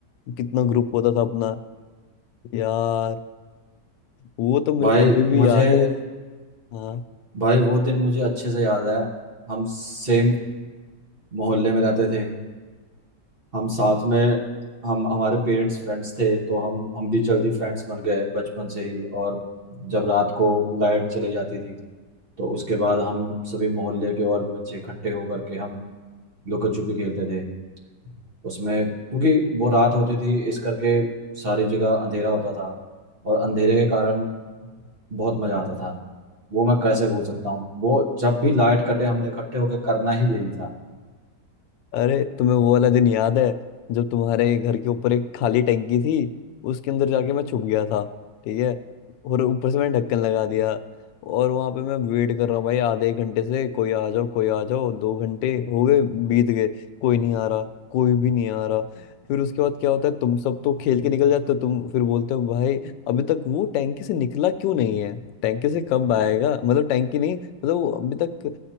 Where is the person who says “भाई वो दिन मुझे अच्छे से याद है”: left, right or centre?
Right